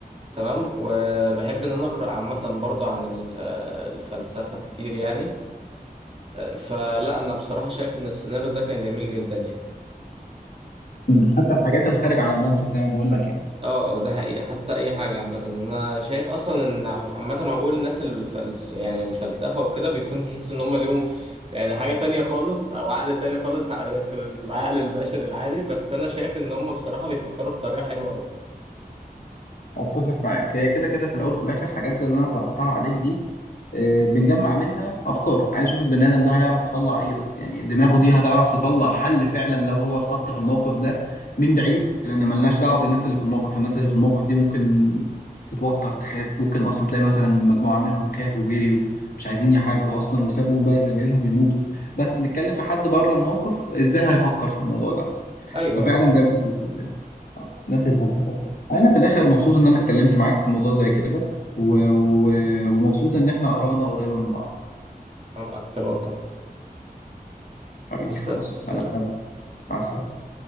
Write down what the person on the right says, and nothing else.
تمام وبحب ان انا اقرا عامه برضه عن ال- آه، الفلسفه كتير يعني آه، فلا انا بصراحه شايف ان السيناريو ده كان جميل جدا يعني
اه آه، ده حقيقه حتى اي حاجه عامه انا شايف اصلا ان عامه عقول الناس الفلس يعني الفلسفه وكده بيكون تحس ان هم ليهم يعني حاجه تانية خالص او عقل تاني خالص ع- غير العقل البشري العادي بس انا شايف ان هم بصراحه بيفكروا بطريقه حلوه قوي
ايوه
ايوه
انا اكتر والله
بس
سلام